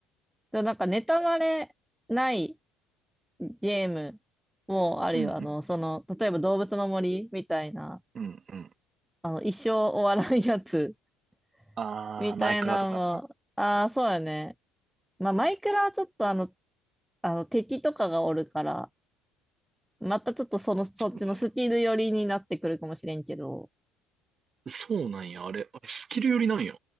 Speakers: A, in the centre; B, on the right.
A: でもなんか、ネタバレないゲームもあるよ。
B: うん
A: あの、その、例えば動物の森みたいな、
B: うん、うん、うん。
A: あの、一生終わらんやつ
B: あー、
A: <laughs> みたいなのも、
B: マイクラとか。
A: ああ、そうやね。まあ、マイクラはちょっとあの、あの、敵とかがおるから、またちょっとその、そっちのスキル寄りになってくるかもしれんけど。
B: そうなんや。そうなんや、あれ、あれスキルよりなんや。